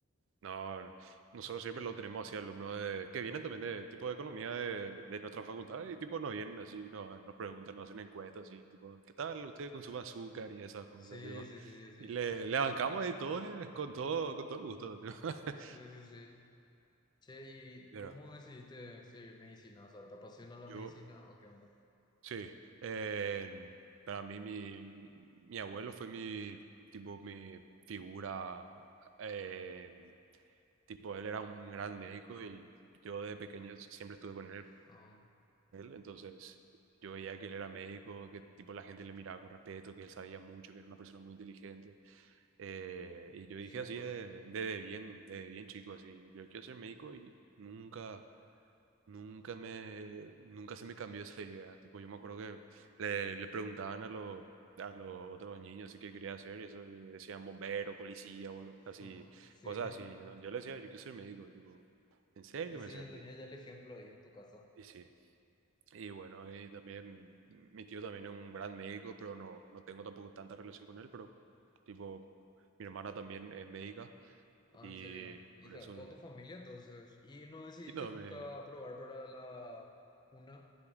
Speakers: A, on the right (about 60°); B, on the left (about 20°).
A: No, no. nosotros siempre lo tenemos así, alumnos de, que vienen también de tipo de economía de, de nuestra facultad y tipo nos vienen así, no nos preguntan, nos hacen encuestas así, tipo, ¿qué tal usted con su azúcar y esas cosas?
B: Sí,
A: tipo?
B: sí, sí, sí.
A: Y le, le bancamos y todo, le- con todo, con todo el gusto. tipo. <laughs>
B: Sí, sí, sí. sí. Che, ¿y
A: Pero
B: cómo decidiste seguir medicina? O sea, ¿te apasiona la
A: yo,
B: medicina o qué onda?
A: sí, eh, para mí mi, mi abuelo fue mi, tipo, mi figura, eh, tipo, él era un gran médico y yo de pequeño siempre estuve con él
B: Ah,
A: él, entonces yo veía que él era médico, que tipo la gente le miraba con respeto, que él sabía mucho, que era una persona muy inteligente. Eh, y yo
B: súper.
A: dije así de, de, de bien, de bien chico, así, yo quiero ser médico y nunca, nunca me, nunca se me cambió esa idea. Tipo, yo me acuerdo que le, le preguntaban a los, a los otros niños así qué quería hacer y eso le decían bombero, policía, bol- así,
B: Ujú. Sí.
A: cosas así. ¿no? Yo le decía, yo quiero ser médico, tipo, ¿en serio?
B: Y sí,
A: Me decían,
B: yo tenía
A: y,
B: ya el ejemplo ahí en tu casa.
A: y sí, y bueno, y también mi tío también es un gran médico, pero no, no tengo tampoco tanta relación con él, pero tipo, mi hermana también es médica
B: Ah,
A: y
B: en serio. Hija,
A: por eso...
B: toda tu familia entonces. ¿Y no decidiste
A: Y no,
B: nunca
A: me,
B: probar para la una?